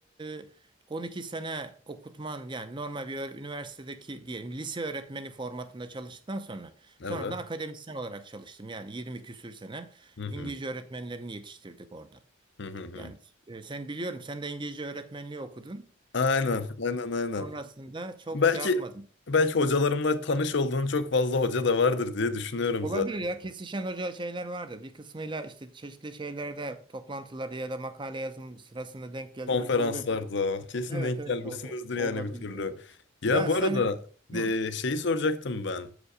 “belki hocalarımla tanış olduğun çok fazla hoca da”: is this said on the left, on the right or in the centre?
Left